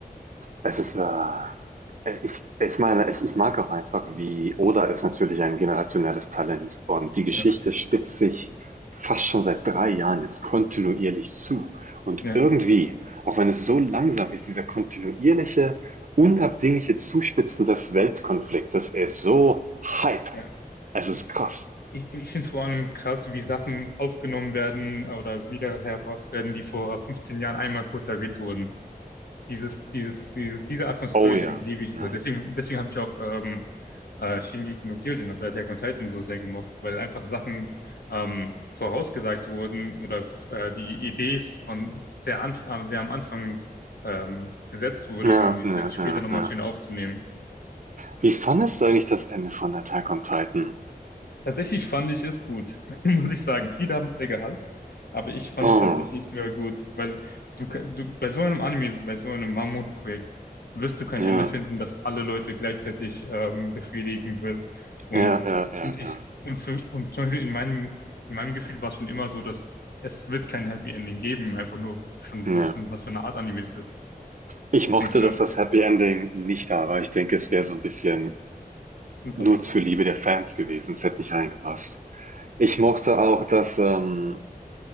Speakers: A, on the right; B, on the left.
A: Es ist, äh, ich, ich meine, ich, ich mag auch einfach, wie Oda ist natürlich ein generationelles Talent und die Geschichte
B: Ja,
A: spitzt sich fast schon seit drei Jahren jetzt kontinuierlich zu. Und
B: ja,
A: irgendwie, auch wenn es so langsam ist, dieser kontinuierliche, unabdingliche Zuspitzen des Weltkonfliktes ist so Hype.
B: ja.
A: Es ist
B: Ich,
A: krass.
B: ich, ich, ich finde es vor allem krass, wie Sachen aufgenommen werden oder wiederhergebracht werden, die vor 15 Jahren einmal kurz erwähnt wurden. dieses, dieses, diese, diese Art von Storytelling
A: Oh ja.
B: liebe ich
A: Ja,
B: so. Deswegen, deswegen habe ich auch ähm, äh, Shingeki no Kyojin, also Attack on Titan, so sehr gemocht, weil einfach Sachen ähm, vorausgesagt wurden oder äh, die Idee von sehr, anf äh, sehr am Anfang ähm, gesetzt wurde,
A: ja,
B: um die
A: ja,
B: sich dann später
A: ja.
B: nochmal
A: ja.
B: schön aufzunehmen.
A: Wie fandest du eigentlich das Ende von Attack on Titan?
B: Tatsächlich fand ich es gut, <laughs> muss ich sagen. Viele haben es sehr gehasst, aber ich fand
A: Oh,
B: es tatsächlich sogar gut, weil du, ka- du bei so einem Anime, bei so einem Mammutprojekt wirst du kein
A: ja,
B: Ende finden, das alle Leute gleichzeitig ähm, befriedigen wird. Und,
A: ja, ja, ja,
B: und ich,
A: ja.
B: und, für, und zum Beispiel in meinem, in meinem Gefühl war es schon immer so, dass es wird kein Happy Ending geben, einfach nur schon,
A: ja.
B: wa- schon was für eine Art Anime das ist.
A: Ich
B: Was
A: mochte,
B: denkst du denn?
A: dass das Happy Ending nicht da war. Ich denke, es wäre so ein bisschen
B: Unpassend.
A: nur zur Liebe der Fans gewesen. Es hätte nicht reingepasst. Ich mochte auch, dass, ähm